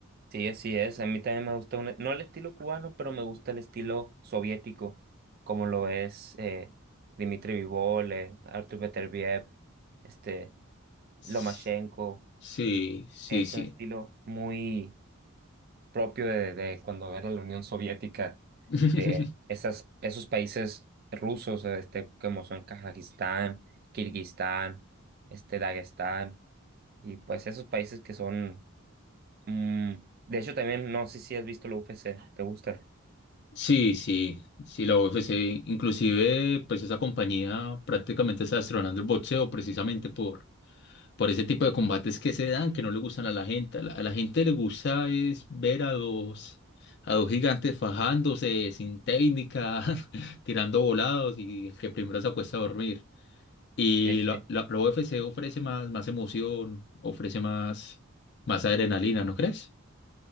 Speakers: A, on the right (about 45°); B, on the left (about 50°).
A: Sí, así es, a mí también me gusta, un- no el estilo cubano, pero me gusta el estilo soviético, como lo es eh, Dmitry Bivol, eh, Artur Beterbiev, este,
B: S-
A: Lomachenko,
B: Sí, sí,
A: es
B: sí.
A: un estilo muy propio de, de cuando era la Unión Soviética,
B: <laughs>
A: de esas, esos países rusos, este, como son Kazajistán, Kirguistán, este, Dagestán, y pues esos países que son, mm, de hecho también, no sé si has visto la UFC, ¿te gusta?
B: Sí, sí, sí, la UFC, inclusive, pues esa compañía prácticamente está destronando el boxeo precisamente por, por ese tipo de combates que se dan, que no le gustan a la gente. A la, a la gente le gusta es ver a dos, a dos gigantes fajándose sin técnica, <laughs> tirando volados y el que primero se acuesta a dormir. Y
A: Sí, sí.
B: la, la, la UFC ofrece más, más emoción, ofrece más, más adrenalina, ¿no crees?